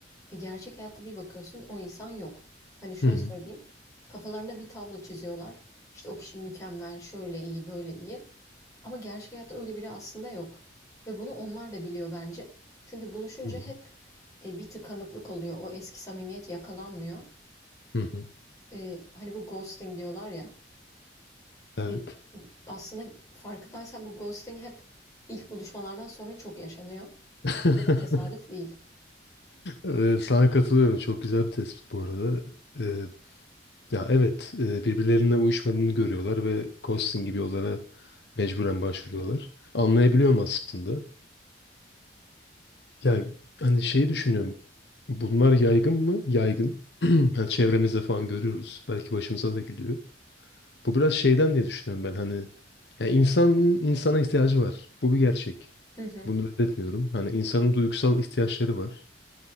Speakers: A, on the left; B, on the left.
A: E, gerçek hayatta bir bakıyorsun o insan yok. Hani şöyle
B: Hı hı.
A: söyleyeyim. Kafalarında bir tablo çiziyorlar. İşte o kişi mükemmel, şöyle iyi, böyle iyi. Ama gerçek hayatta öyle biri aslında yok. Ve bunu onlar da biliyor bence. Çünkü buluşunca
B: Hı hı.
A: hep e, bir tıkanıklık oluyor. O eski samimiyet yakalanmıyor.
B: Hı hı.
A: e, hani bu ghosting diyorlar ya.
B: Evet.
A: E, aslında farkındaysan bu ghosting hep ilk buluşmalardan sonra çok yaşanıyor.
B: <laughs>
A: Bu da tesadüf değil.
B: Ee, Sana katılıyorum. Çok güzel bir tespit bu arada. Ee, ya evet, e, birbirlerine uyuşmadığını görüyorlar ve ghosting gibi yollara mecburen başvuruyorlar. Anlayabiliyorum aslında. Yani hani şeyi düşünüyorum. Bunlar yaygın mı? Yaygın. <clears throat> Yani çevremizde falan görüyoruz. Belki başımıza da geliyor. Bu biraz şeyden diye düşünüyorum ben hani ya insan insana ihtiyacı var. Bu bir gerçek.
A: Hı hı.
B: Bunu reddetmiyorum. Hani insanın duygusal ihtiyaçları var.